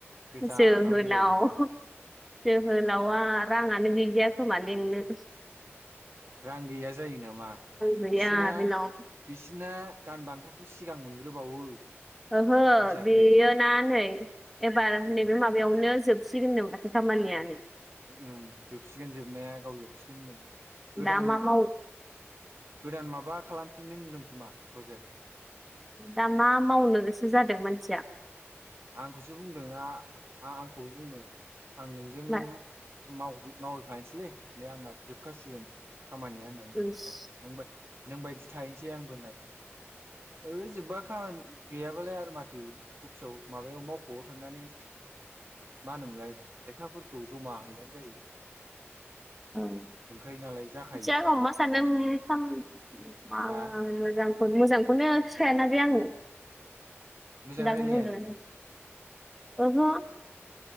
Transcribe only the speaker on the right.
गोजानाव
बेरायहैनो
रां गैया जायो नामा
बिसिना
बिसि बिसिरना दान बान्थाखौ सिगां मोनग्रोबावो
मिथियाखै
उम
उम जोबसिगोन जोबनाया गाव जोबसिगोन होनदों गोदान
गोदान माबा खालामफिनदों होनदों खोमा फ्रजेक्ट
आंखौसो बुंदों आ-आं आंखौबो बुंनो आं नोंजों
मावहै-मावहैफानोसैलै नै आंनाबो जोबखासिगोन खामानिया होनना बुंबाय
थादों नोंबा-नोंबायदि थाहैसै आंबो होनना बुंदों ओ जोब्बाख गैयाबालाय आरो माथो अफिसाव माबायाव मावख'आव थांनानै मा होनोमोनलाय लेखाफोरखौ जमा हैबानो जायो
मोनखायो नालाय जाखायो
हा
मोजां
रायलाया
नों जों?